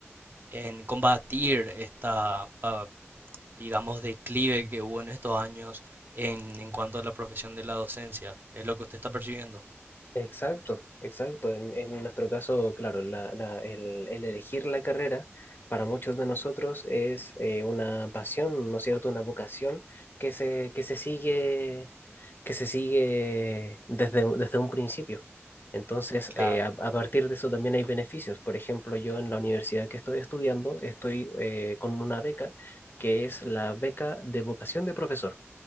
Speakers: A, on the right; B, on the left.
A: en combatir esta, pa- digamos, declive que hubo en estos años en, en cuanto a la profesión de la docencia. ¿Es lo que usted está percibiendo?
B: Exacto, exacto. En, en nuestro caso, claro, la- la- el, el elegir la carrera para muchos de nosotros es eh, una pasión, ¿no es cierto? Una vocación que se, que se sigue, que se sigue desde, desde un principio. Entonces,
A: Claro.
B: eh, a, a partir de eso también hay beneficios. Por ejemplo, yo en la universidad que estoy estudiando estoy eh, con una beca que es la beca de vocación de profesor